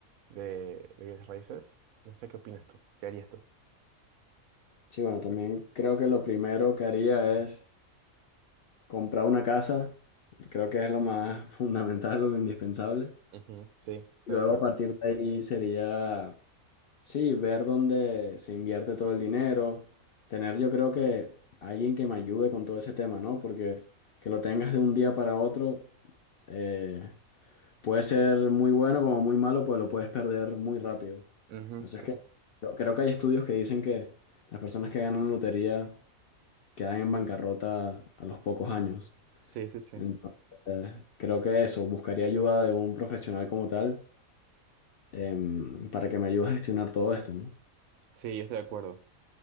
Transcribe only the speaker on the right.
de bienes raíces. No sé qué opinas tú. ¿Qué harías tú?
Ujú, Sí, estoy
de acuerdo.
Ujú,
Sí.
Sí, sí, sí.
Sí, yo estoy de acuerdo.